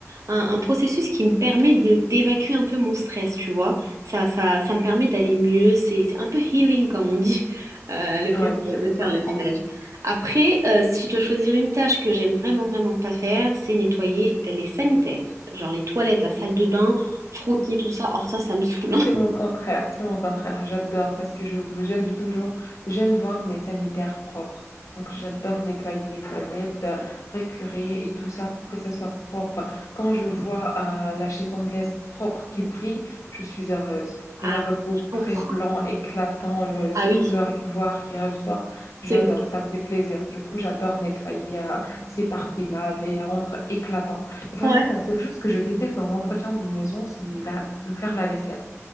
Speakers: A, on the right (about 85°); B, on the left (about 75°).
A: un, un processus qui me permet de d'évacuer un peu mon stress, tu vois. Ça, ça, ça me permet d'aller mieux. C'est c'est un peu healing, comme on dit, <laughs> euh, le fait
B: Oui,
A: de,
B: je te
A: de
B: comprends.
A: faire le ménage. Après, euh, si je dois choisir une tâche que j'aime vraiment, vraiment pas faire, c'est nettoyer les sanitaires. Genre les toilettes, la salle de bain, frotter tout ça. Or, ça, ça me saoule.
B: C'est mon contraire, c'est mon contraire. J'adore parce que je j'aime toujours, j'aime voir mes sanitaires propres. Donc j'adore nettoyer les toilettes, euh, récurer et tout ça pour que ça soit propre. Quand je vois euh, la chaise anglaise propre qui brille, je suis heureuse.
A: Ah,
B: Le lavabo
A: je comprends.
B: très blanc, éclatant, le-
A: Ah
B: cette
A: oui,
B: couleur ivoire qui ressort,
A: c'est
B: j'adore,
A: vrai.
B: ça me fait plaisir. Du coup, j'adore nettoyer euh, ces parties-là, les rendre éclatants. Vraiment,
A: Ouais.
B: la seule chose que je déteste dans l'entretien d'une maison, c'est la, faire la vaisselle.